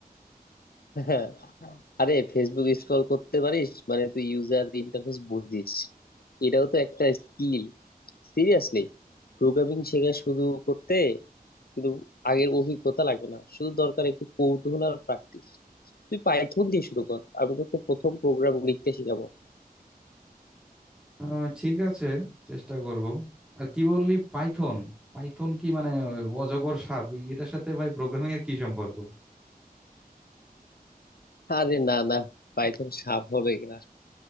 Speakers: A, on the left (about 75°); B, in the centre.
A: হ্যাঁ আরে ফেসবুক স্ক্রল করতে পারিস মানে তুই ইউজার ইন্টারফেস বুঝিস এটাও তো একটা স্কিল সিরিয়াসলি প্রোগ্রামিং শেখা শুরু করতে কিন্তু আগের অভিজ্ঞতা লাগে না শুধু দরকার একটু কৌতূহল আর প্র্যাকটিস তুই পাইথন দিয়ে শুরু কর আমি তোকে প্রথম প্রোগ্রাম লিখতে শিখাবো
B: আহ, ঠিক আছে চেষ্টা করব আর কি বললি পাইথন পাইথন কি মানে ওই অজগর সাপ এটার সাথে ভাই প্রোগ্রামিং এর কি সম্পর্ক
A: আরে না না পাইথন স্বাভাবিক না